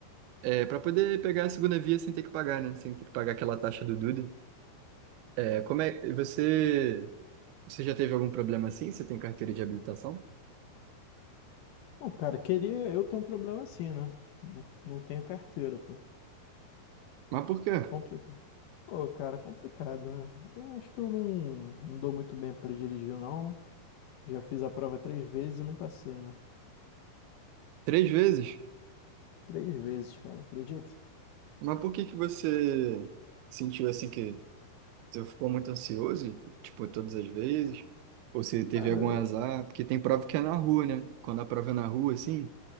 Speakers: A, on the right; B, on the left.
A: é, para poder pegar a segunda via sem ter que pagar, né? Sem ter que pagar aquela taxa do Duda. É, como é, e você, você já teve algum problema assim? Você tem carteira de habilitação?
B: Pô, cara, queria eu ter um problema assim, né? Não não tenho carteira, pô.
A: Mas por quê?
B: Complicado. Pô, cara, complicado, né? Eu acho que eu não, não dou muito bem pra dirigir, não. Já fiz a prova três vezes e não passei, né?
A: Três vezes?
B: Três vezes, cara, acredita?
A: Mas por que que você sentiu assim que você ficou muito ansioso, tipo, todas as vezes? Ou você
B: Cara,
A: teve algum azar? Porque tem prova que é na rua, né? Quando a prova é na rua, assim,